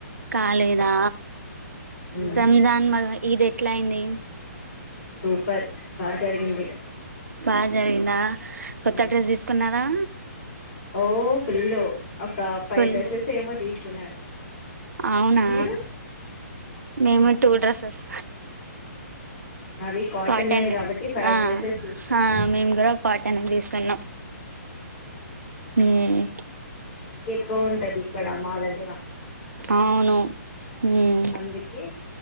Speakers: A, on the right (about 65°); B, on the left (about 40°).
A: కాలేదా
B: ఉమ్
A: రంజాన్ మ ఇది ఎట్లా అయింది
B: సూపర్ బా జరిగింది
A: బాగా జరిగిందా కొత్త
B: ఉమ్
A: డ్రెస్ తీసుకున్నారా
B: ఓ ఫుల్లు ఒక ఫైవ్
A: ఫుల్
B: డ్రెస్సెస్ ఏమో తీసుకున్నాను
A: అవునా
B: మీరు
A: మేము కూడా టూ డ్రస్సెస్
B: నావి కాటన్
A: కాటనే
B: వేర్ కాబట్టి ఫైవ్
A: ఆ
B: డ్రెస్సెస్ తీసుకున్నాను
A: ఆ మేము కూడా కాటన్ తీసుకున్నాం హ్మ్
B: కో ఉంటది ఇక్కడ మా దగ్
A: అవును హ్మ్
B: అందుకే